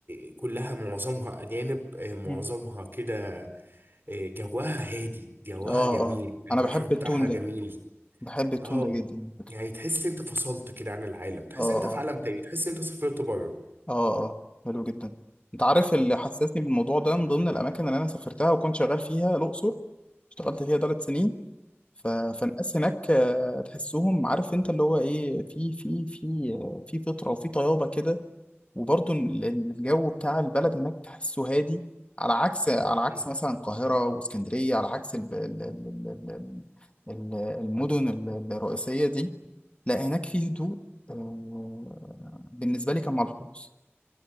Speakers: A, on the right (about 55°); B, on the left (about 25°).
A: ال... كلها معظمها أجانب آه، معظمها
B: أمم.
A: كده آه، جواها هادي جواها
B: اه
A: جميل
B: اه
A: البحر
B: انا بحب
A: بتاعها
B: التون ده
A: جميل
B: بحب التون
A: أهو
B: ده جدا على فكره
A: يعني تحس أنت فصلت كده عن العالم تحس
B: اه
A: أنت في
B: اه
A: عالم تاني تحس أنت سافرت بره
B: اه اه حلو جدا انت عارف اللي حسسني بالموضوع ده من ضمن الاماكن اللي انا سافرتها وكنت شغال فيها الاقصر اشتغلت فيها ثلاث سنين ف... فالناس هناك آه، تحسهم عارف انت اللي هو ايه في في في آه، في فطره وفي طيابه كده وبرضه ال- ال- الجو بتاع البلد هناك تحسه هادي على عكس على عكس
A: أهو
B: مثلا القاهرة واسكندرية على عكس الب- ال- ال- ال- ال- ال- المدن ال- الرئيسية دي لا هناك فيه هدوء آه، بالنسبة لي كان ملحوظ